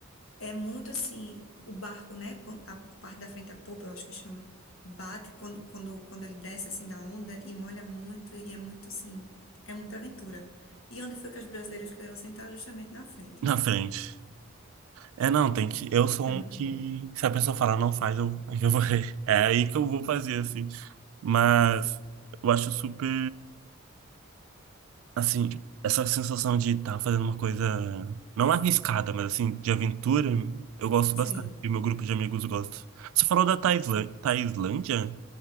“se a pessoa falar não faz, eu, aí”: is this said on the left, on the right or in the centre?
Right